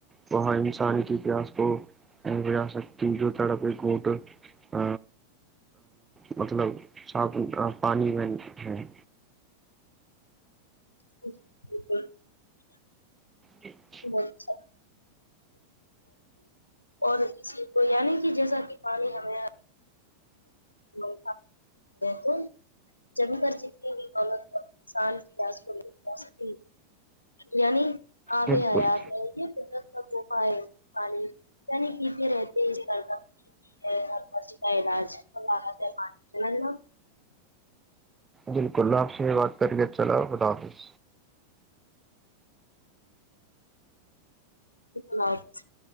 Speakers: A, on the right (about 15°); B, on the left (about 85°).
A: وہاں انسانی کی اتہس کو وجا سکتی جو سا کوئی کوٹ ا مطلب صاف پانی میں ہے
B: <unintelligible>
A: جی <unintelligible>
B: <unintelligible> اور اسسی کو یعنی کہ جیسا کہ پانی ہمیں کول پڑ جب مر جیتنی ہوئی عت شان پسی یعنی آے
A: بالکل
B: آیات ہے یہ سوفا ہے پانی عنی کیتے رہتے ہیں کر کا سھرپچ کا علاج لا م نہیں ن
A: بالکل آپ سے یہ بات کریے چلو خدا حافظ
B: <unintelligible>